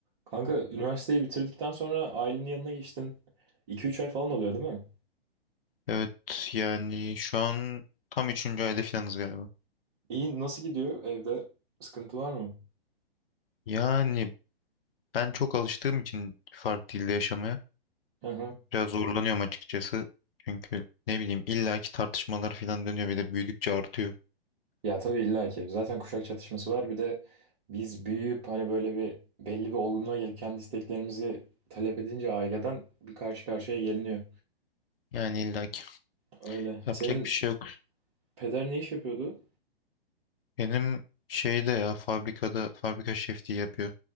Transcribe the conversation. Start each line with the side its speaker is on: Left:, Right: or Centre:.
Right: Kanka üniversiteyi bitirdikten sonra ailenin yanına geçtin. 2-3 ay falan oluyor değil mi?
Left: Evet yani şu an tam üçüncü ayda filanız galiba.
Right: İyi nasıl gidiyor evde? Sıkıntı var mı?
Left: Yani ben çok alıştığım için farklı dilde yaşamaya
Right: Hı hı.
Left: biraz zorlanıyorum açıkçası. Çünkü ne bileyim illaki tartışmalar filan dönüyor bir de büyüdükçe artıyor.
Right: Ya tabii illa ki. Zaten kuşak çatışması var. Bir de biz büyüyüp hani böyle bir belli bir olgunluğa gelip kendi isteklerimizi talep edince aileden bir karşı karşıya geliniyor.
Left: Yani illaki
Right: Öyle.
Left: yapacak
Right: Senin
Left: bir şey yok.
Right: peder ne iş yapıyordu?
Left: Benim şeyde ya fabrikada fabrika şefliği yapıyor.